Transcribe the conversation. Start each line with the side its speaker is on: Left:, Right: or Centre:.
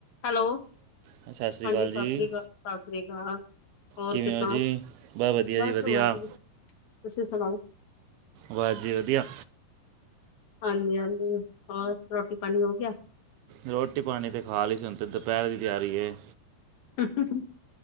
Left: Hello
Right: ਸਤਿ ਸ਼੍ਰੀ
Left: ਹਾਂਜੀ
Right: ਅਕਾਲ
Left: ਸਤਿ
Right: ਜੀ
Left: ਸ੍ਰੀ ਅਕਾਲ ਸਤਿ ਸ਼੍ਰੀ ਅਕਾਲ ਹੋਰ
Right: ਕਿਵੇਂ
Left: ਕਿੱਦਾਂ
Right: ਹੋ ਜੀ ਵਧੀਆ
Left: ਬਸ
Right: ਜੀ ਵਧੀਆ
Left: ਵਧਧੀਆ ਤੁਸੀਂ ਸੁਣਾਓ
Right: ਬਸ ਜੀ ਵਧੀਆ
Left: ਹਾਂਜੀ ਹਾਂਜੀ ਹੋਰ ਰੋਟੀ ਪਾਣੀ ਹੋ ਗਿਆ
Right: ਰੋਟੀ ਪਾਣੀ ' ਖਾ ਲਈ ਸੀ ਹ ਤਾਂ ਦੁਪਹਿਰ ਦੀ ਤਿਆਰੀ ਹੈ
Left: ਹਾ ਹਾ